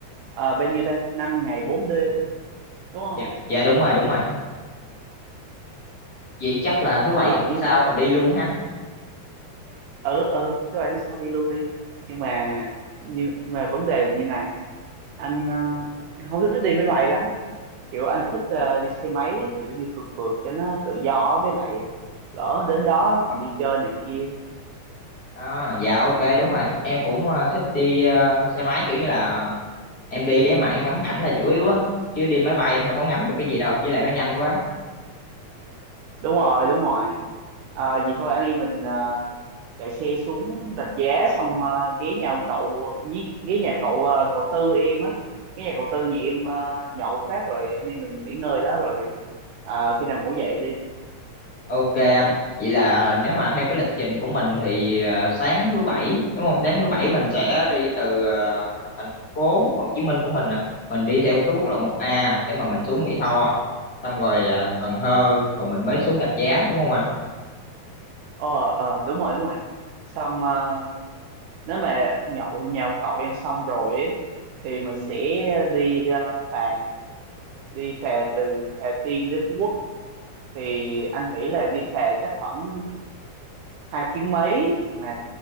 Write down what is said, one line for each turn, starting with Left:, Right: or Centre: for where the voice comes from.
Right: ờ bao nhiêu ta năm ngày bốn đêm đúng không
Left: Dạ, dạ đúng rồi, đúng rồi. Vậy chắc là thứ
Right: ờ
Left: bảy tuần
Right: nhưng
Left: sau
Right: mà
Left: mình đi luôn ha.
Right: ừ ừ thứ bảy đến sau đi luôn đi nhưng mà nhưng mà vấn đề như này anh ờ, không thích đi máy bay lắm kiểu anh thích ờ, đi xe máy kiểu đi phượt phượt cho nó tự do với lại lỡ đến đó còn đi chơi này kia
Left: À, dạ ok đúng rồi. Em cũng à, thích đi à, xe máy kiểu như là em đi để mà em ngắm cảnh là chủ yếu á, chứ đi máy bay em đâu có ngắm được cái gì đâu, với lại nó nhanh quá.
Right: đúng rồi đúng rồi Ờ, vậy thôi anh em mình ờ, chạy xe xuống rạch giá xong ờ, ghé nhà ông cậu nhí- ghé nhà cậu ờ, cậu Tư em á ghé nhà cậu Tư nhà em ờ, nhậu phát rồi anh em mình nghỉ ngơi đó rồi ờ, khi nào ngủ dậy đi
Left: Ok anh, vậy là nếu mà theo cái lịch trình của mình thì ờ, sáng thứ bảy đúng không? Sáng thứ bảy mình sẽ đi từ ờ, thành phố Hồ Chí Minh của mình nè, mình đi theo cái quốc lộ 1A để mà mình xuống Mỹ Tho, xong rồi ờ, Cần Thơ, rồi mình mới xuống Rạch Giá đúng không anh?
Right: ờ ờ đúng rồi đúng rồi xong ờ, nếu mà nhậu nhà ông cậu em xong rồi ấy, thì mình sẽ đi ờ, phà đi phà từ Hà Tiên đến Phú Quốc thì anh nghĩ là đi phà chắc khoảng hai tiếng mấy mà